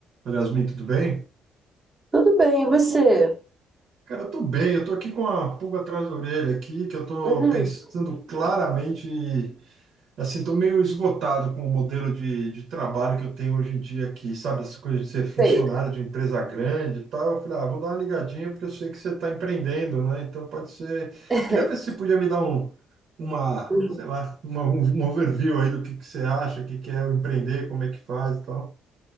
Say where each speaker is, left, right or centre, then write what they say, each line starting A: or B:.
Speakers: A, on the right (about 70°); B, on the right (about 20°).
A: Olha, Yasmin, tudo bem?
B: Tudo bem, e você?
A: Cara, eu tô bem, eu tô aqui com a pulga atrás da orelha aqui, que eu tô
B: Uhum,
A: pensando claramente, e, assim, tô meio esgotado com o modelo de, de trabalho que eu tenho hoje em dia aqui, sabe? Essa coisa de ser funcionário
B: sei.
A: de empresa grande e tal. Eu falei, ah, vou dar uma ligadinha porque eu sei que você tá empreendendo, né? Então pode ser.
B: <laughs>
A: Queria ver se você podia me dar um, uma,
B: Uhum.
A: sei lá, uma, um um overview aí do que que você acha, o que que é o empreender, como é que faz e tal.